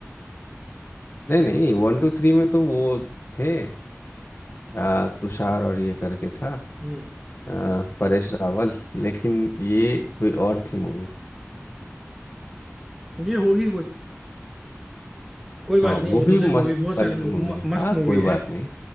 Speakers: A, on the left; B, in the centre.
A: नहीं नहीं वन टू थ्री में तो वो थे अ, तुषार और ये करके था
B: हम्म
A: अ, परेश रावल लेकिन ये कोई और थी मूवी
B: ये होगी कोई कोई बात
A: हाँ
B: नहीं
A: वो
B: वो
A: भी
B: दूसरी
A: मस्त
B: मूवी बहुत
A: पल्ट
B: सारी मूवी
A: मूवी
B: मस्त
A: हाँ
B: मूवी
A: कोई
B: है
A: बात नहीं